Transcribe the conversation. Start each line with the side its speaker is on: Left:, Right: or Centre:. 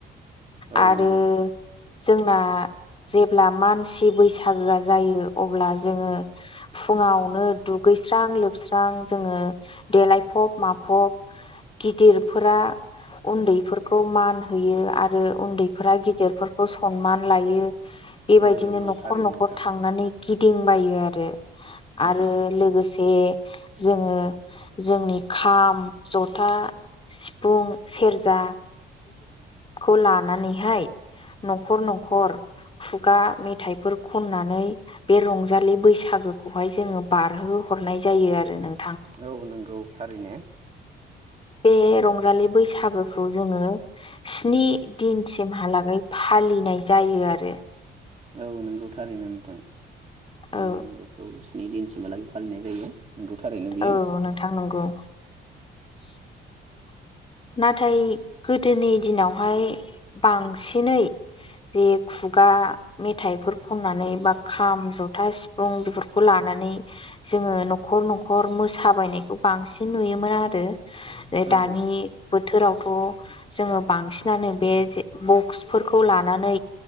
Right: औ
Left: आरो
Right: नंगौ
Left: जोंना जेब्ला मानसि बैसागोआ जायो अब्ला जोङो फुङावनो दुगै स्रां लोबस्रां जोङो देलायफब माफब गिदिरफोरा उन्दैफोरखौ मानहोयो आरो उन्दैफोरा गिदिरफोरखौ सनमान लायो। बेबायदिनो
Right: औ नंगौ
Left: न'खर
Right: थारैनो
Left: न'खर
Right: नोंथां
Left: थांनानै गिदिंबायो आरो। आरो
Right: औ
Left: लोगोसे जोङो जोंनि खाम, जथा, सिफुं, सेरजा, खौ लानानैहाय न'खर न'खर खुगा मेथाइफोर खननानै बे रंजालि बैसागु गोखौहाय जोङो बारहो हरनाय जायो आरो नोंथां।
Right: औ नंगौ थारैनो
Left: बे रंजालि बैसागोखौ जोङो स्नि दिनसिमहालागै फालिनाय जायो आरो।
Right: औ नंगौ थारैनो नोंथां जों
Left: औ
Right: बेखौ स्नि दिनसिम हालागि फालिनाय जायो नोंगौ थारैनो बेयो।
Left: औ नोंथां नंगौ <inaudible> नाथाय गोदोनि दिनावहाय बांसिनै जे खुगा मेथाइफोर खननानै बा खाम, जथा, सिफुं, बेफोरखौ लाना नानै जोङो न'खर न'खर मोसाबायनायखौ बांसिन नुयोमोन आरो।
Right: औ
Left: दानि बोथोरावथ' जोंङो बांसिनानो बे जे बक्सफोरखौ लानानै